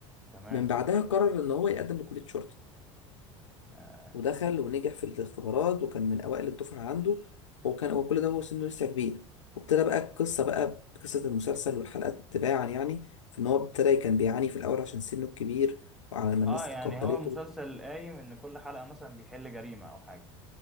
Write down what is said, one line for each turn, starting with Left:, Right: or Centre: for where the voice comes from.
Centre: تمام
Left: من بعدها قرر ان هو يقدم لكليه شرطه
Centre: آه.
Left: ودخل ونجح في الاختبارات وكان من أوائل الدفعة عنده وكان هو كل ده وهو سنه لسه كبير وابتدى بقى القصة بقى قصة المسلسل والحلقات تباعا يعني في إن هو ابتدى كان بيعاني في الأول عشان سنه الكبير وعلى ما الناس
Centre: اه يعني
Left: تقبلته
Centre: هو المسلسل قايم ان كل حلقه مثلا بيحل جريمه او حاجه